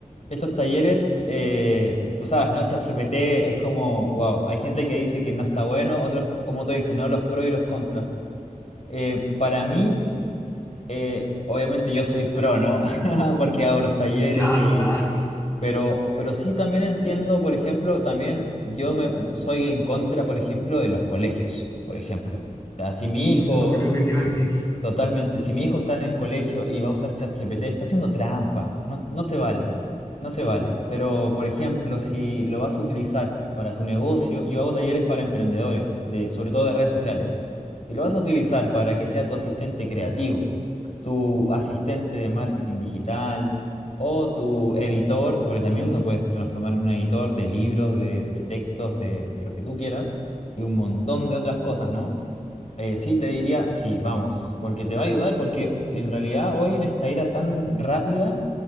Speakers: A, on the left (about 55°); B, on the left (about 20°).
A: Estos talleres, eh, tú sabes, ¿no? ChatGPT es como, wow, hay gente que dice que no está bueno, otros, co- como tú dices, ¿no? Los pros y los contras. Eh, para mí, eh, obviamente yo soy pro, ¿no? <laughs> Porque hago los talleres
B: Claro, claro.
A: Pero, pero sí también entiendo, por ejemplo, también yo me soy en contra, por ejemplo, de los colegios, por ejemplo. O sea, si mi
B: Sí,
A: hijo
B: eso es lo primero que te iba a decir.
A: Totalmente. Si mi hijo está en el colegio y va a usar ChatGPT, está haciendo trampa. No, no se vale. No se vale. Pero, por ejemplo, si lo vas a utilizar para tu negocio, yo hago talleres para emprendedores, de, sobre todo de redes sociales. Si lo vas a utilizar para que sea tu asistente creativo, tu asistente de marketing digital o tu editor, porque también lo puedes transformar en un editor de libros, de, de textos, de, de lo que tú quieras y un montón de otras cosas, ¿no? Eh, sí, te diría, sí, vamos, porque te va a ayudar, porque en realidad hoy en esta era tan rápida